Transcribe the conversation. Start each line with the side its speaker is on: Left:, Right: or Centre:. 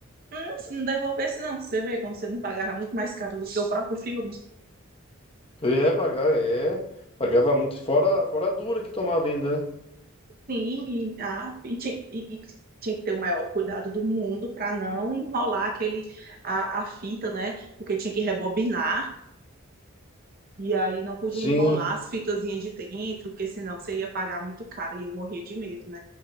Right: Hum, se não devolvesse, não, você vê como você não pagava muito mais caro do que o próprio filme.
Left: É, pagar, é, pagava muito, fora, fora a dura que tomava ainda, né?
Right: Sim, ah, e, tinha, e- e tinha que ter o maior cuidado do mundo para não enrolar aquele, a, a fita, né? Porque tinha que rebobinar, e aí não podia
Left: Sim,
Right: enrolar as fitazinhas de dentro, porque senão você ia pagar muito caro e eu morria de medo, né?